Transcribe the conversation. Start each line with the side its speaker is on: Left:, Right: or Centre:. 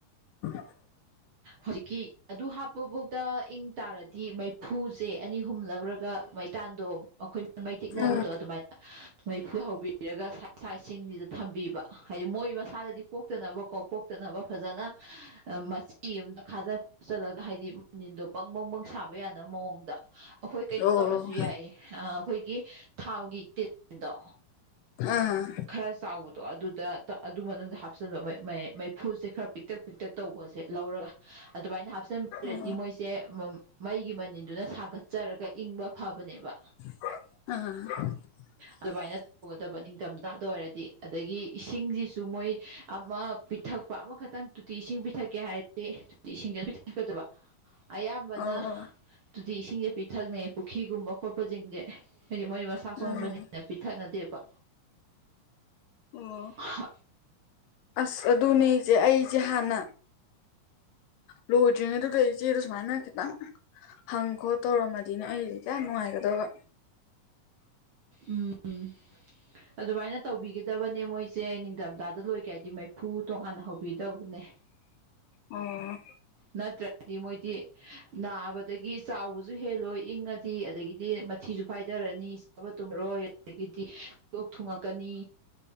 Left: <inaudible>
Right: ꯍꯧꯖꯤꯛꯀꯤ ꯑꯗꯨ ꯍꯥꯞꯄ ꯕꫭꯛꯇ ꯏꯪ ꯇꯥꯔꯗꯤ ꯃꯩꯐꯨꯁꯦ ꯑꯅꯤ ꯑꯍꯨꯝ ꯂꯧꯔꯒ ꯃꯩꯇꯥꯟꯗꯣ ꯑꯈꯣꯏꯅ ꯃꯩ ꯇꯤꯛꯅꯕꯗꯣ
Left: ꯎꯝ
Right: ꯑꯗꯨꯃꯥꯏꯅ ꯃꯩꯐꯨ ꯍꯧꯕꯤ ꯔꯒ ꯁꯥꯏꯠ ꯁꯥꯏꯠꯁꯤꯡꯖꯤꯗ ꯊꯝꯕꯤꯕ ꯍꯥꯏꯗꯤ ꯃꯣꯏ ꯃꯁꯥꯗꯗꯤ ꯄꯣꯛꯇꯅꯕꯀꯣ ꯄꯣꯛꯇꯅꯕ ꯐꯖꯅ ꯃꯆꯤ ꯑꯝꯗ ꯈꯥꯖ ꯈꯣꯆꯜꯂꯒ ꯍꯥꯏꯗꯤ ꯃꯅꯤꯟꯗꯣ ꯕꯪ ꯕꯪ ꯕꯪ ꯁꯥꯕ ꯌꯥꯅꯕ ꯃꯋꫭꯡꯗ ꯑꯈꯣꯏ ꯀꯩꯅꯣ
Left: ꯑꯣ
Right: ꯇꯧꯔꯁꯨ ꯌꯥꯏꯌꯦ ꯑ‌‌ ꯑꯈꯣꯏꯒꯤ ꯊꯥꯎꯒꯤ ꯇꯤꯟꯗꯣ
Left: ꯑ
Right: ꯈꯔ ꯆꯥꯎꯕꯗꯣ ꯑꯗꯨꯗ <unintelligible> ꯑꯗꯨ ꯃꯅꯨꯡꯗ ꯍꯥꯞꯆꯟꯕ <unintelligible> ꯃꯩꯐꯨꯁꯦ ꯈꯔ ꯄꯤꯛꯇꯛ ꯄꯤꯛꯇꯛ ꯇꯧꯕ ꯁꯦ ꯂꯩꯔꯒ ꯑꯗꯨꯝꯃꯥꯏꯅ ꯍꯥꯞꯆꯟꯕꯤꯔꯗꯤ
Left: ꯑꯣ
Right: ꯃꫭꯏꯖꯦ ꯃꯩꯒꯤ ꯃꯅꯤꯟꯗꯨꯅ ꯁꯥꯒꯠꯆꯔꯒ ꯏꯪꯕ ꯐꯕꯅꯦꯕ
Left: ꯑꯥ
Right: ꯑꯗꯨꯃꯥꯏꯅ ꯇꯧꯒꯗꯕ ꯅꯤꯡꯗꯝꯗꯥꯗ ꯑꯣꯏꯔꯗꯤ ꯑꯗꯒꯤ ꯏꯁꯤꯡꯁꯤꯁꯨ ꯃꯣꯏ ꯑꯃ ꯄꯤꯊꯛꯄ ꯑꯃꯈꯛ ꯇꯪ ꯇꯣꯇꯤ ꯏꯁꯤꯡ ꯄꯤꯊꯛꯀꯦ ꯍꯥꯏꯔꯗꯤ ꯇꯣꯇꯤ ꯏꯁꯤꯡꯖꯦ ꯑꯗꯨꯝ ꯄꯤꯊꯛꯀꯗꯕ ꯑꯌꯥꯝꯕꯅ
Left: ꯑꯣ
Right: ꯇꫭꯇꯤ ꯏꯁꯤꯡꯖꯦ ꯄꯤꯊꯛꯅꯩ ꯄꯨꯈꯤꯒꯨꯝꯕ ꯈꯣꯠꯄꯖꯤꯡꯖꯦ ꯍꯥꯏꯗꯤ ꯃꯣꯏ ꯃꯁꯥ
Left: ꯎꯝ
Right: ꯁꯣꯟꯕꯅꯤꯅ ꯄꯤꯊꯛꯅ ꯗꯦꯕ
Left: ꯑꯣ
Right: <unintelligible>
Left: ꯑꯁ ꯑꯗꯨꯅꯦ ꯏꯆꯦ ꯑꯩꯖꯦ ꯍꯥꯟꯅ ꯂꯣꯏꯗ꯭ꯔꯤꯉꯩꯗꯨꯗ ꯏꯆꯦꯗ ꯁꯨꯝꯃꯥꯏꯅ ꯈꯤꯇꯪ ꯍꯪ ꯈꯣꯠ ꯇꯧꯔꯝꯃꯗꯤꯅ ꯑꯩꯗꯤ ꯀꯌꯥ ꯅꯨꯡꯉꯥꯏꯒꯗꯕ
Right: ꯎꯝ ꯑꯗꯨꯝꯃꯥꯏꯅ ꯇꯧꯕꯤꯒꯗꯕꯅꯦ ꯃꯣꯏꯖꯦ ꯅꯤꯡꯗꯝꯗꯥꯗ ꯂꯣꯏꯒꯦ ꯍꯥꯏꯗꯤ ꯃꯩꯐꯨ ꯇꯣꯡꯉꯥꯟꯅ ꯍꯧꯕꯤꯗꯧꯕ ꯅꯦ
Left: ꯑꯣ
Right: ꯅꯠꯇ꯭ꯔꯗꯤ ꯃꯣꯏꯗꯤ ꯅꯥꯕꯗꯒꯤ ꯆꯥꯎꯕꯖꯨ ꯍꯦꯜꯂꯣꯏ ꯏꯪꯉꯗꯤ ꯑꯗꯒꯤꯗꯤ ꯃꯊꯤꯖꯨ ꯐꯥꯏꯗꯔꯅꯤ ꯆꯥꯕ ꯇꯨꯝꯃꯔꯣꯏ ꯑꯗꯒꯤꯗꯤ ꯂꯣꯛ ꯊꯨꯡꯉꯛꯀꯅꯤ